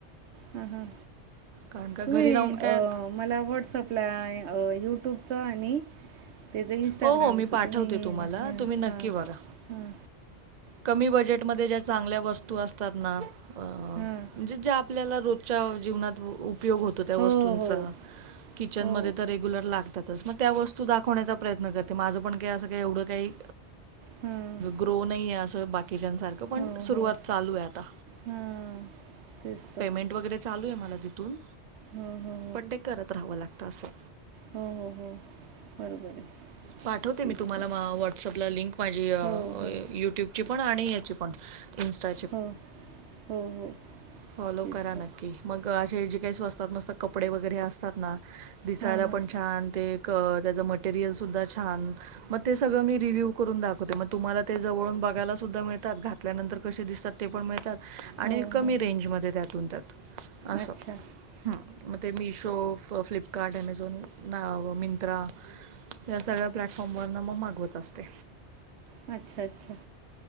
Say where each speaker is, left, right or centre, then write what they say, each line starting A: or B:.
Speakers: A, on the right (about 85°); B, on the right (about 45°).
A: ह ह
B: कारण का घरी
A: तुम्ही
B: राहून
A: अ
B: काय
A: मला व्हॉट्सअपला यूट्यूबचं आणि तेज इनस्टाग्रामच
B: हो हो मी पाठवते
A: तुम्ही
B: तुम्हाला
A: हे
B: तुम्ही नक्की
A: हा
B: बघा.
A: हा.
B: कमी बजेटमध्ये ज्या चांगल्या वस्तू असतात ना अ
A: हां
B: म्हणजे ज्या आपल्याला रोजच्या जीवनात उपयोग होत तो त्या
A: हो
B: वस्तूंचा
A: हो
B: किचनमध्ये
A: हो
B: तर रेग्युलर लाग तातच मग त्या वस्तू दाखवण्याचा प्रयत्न करते माझं पण काय असं का एवढं काही
A: हां
B: ग्रो नाहीये अस बाकीच्यां सारखं. क पण
A: हो
B: सुरवात
A: हो
B: चालू आहे आता
A: हां तेच तर
B: पेमेंट वगैरे चालूये मला तिथून
A: हो हो
B: पण ते करत राहावं लागतं असं.
A: हो हो हो बरोबर आहे.
B: पाठवते
A: तेच
B: मी तुम्हाला
A: तर
B: म व्हॉट्सअपला लिंक माझी यूट्यूब
A: हो हो
B: ची पण आणि याची पण इनस्टा
A: हो हो हो.
B: फॉलो
A: तेच
B: करा नक्की
A: तर
B: मग असे जे काही स्वस्तात मस्त कपडे वगैरे असतात ना दिसायला
A: हां हां
B: पण छान ते क त्याचं मटेरियल सुद्धा छान म ते सगळं मी रिव्हू करून दाव ते मग तुम्हाला ते जवळून बघायला सुद्धा मिळतात घातल्यानंतर कसे दिसतात ते पण मिळतात. आणि
A: हो
B: कमी
A: हो
B: रेंजमध्ये त्यातून त्यात. असं
A: अच्छा
B: हम म ते मिशो, फ फ्लिप कार्ट ॲमेझॉन ना मिंत्रा या सगळ्या प्लॅटफॉर्मवरन म मागवत असते.
A: अच्छा अच्छा